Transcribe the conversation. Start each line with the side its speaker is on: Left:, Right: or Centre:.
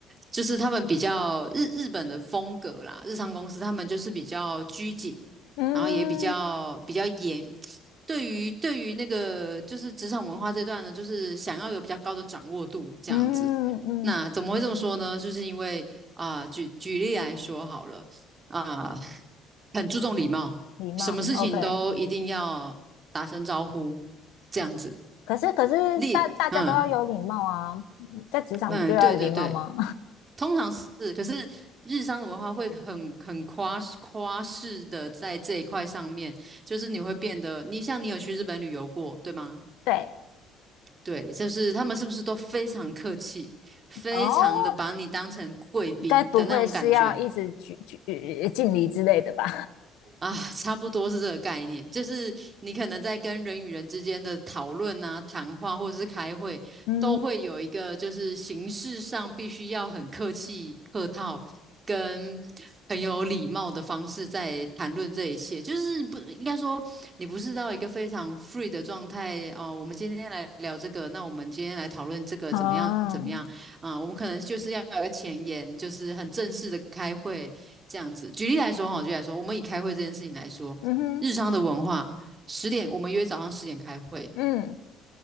Right: 就是他们比较日日本的风格啦，日商公司他们就是比较拘谨，
Left: 嗯
Right: 然后也比较比较严。对于对于那个就是职场文化这段呢，就是想要有比较高的掌握度这样子。
Left: 嗯嗯，
Right: 那怎么会这么说呢？就是因为啊、举举例来说好了啊、很注重礼貌，
Left: 礼貌，OK。
Right: 什么事情都一定要打声招呼这样子。
Left: 可是可是大大家都要有礼貌啊，
Right: 例嗯
Left: 嗯在职场不就要有礼貌吗？
Right: 嗯，对对对，通常是，可是日商的文化会很很夸夸饰的在这一块上面，就是你会变得，你像你有去日本旅游过，对吗？
Left: <laughs> 对，
Right: 对，就是他们是不是都非常客气，非常的把你当成贵宾的那种感觉？
Left: 哦，该不会是要一直举举呃敬礼之类的吧？
Right: 啊，差不多是这个概念，就是你可能在跟人与人之间的讨论啊、谈话或者是开会，
Left: 嗯，
Right: 都会有一个就是形式上必须要很客气、客套，跟很有礼貌的方式在谈论这一切。就是不应该说你不是到一个非常 free 的状态哦。我们今天来聊这个，那我们今天来讨论这个怎么样怎么样啊？
Left: 哦，
Right: 我们可能就是要有个前言，就是很正式的开会。这样子。举例来说哈，举例来说，我们以开会这件事情来说，
Left: 嗯哼，
Right: 日常的文化，十点我们约早上十点开会，
Left: 嗯，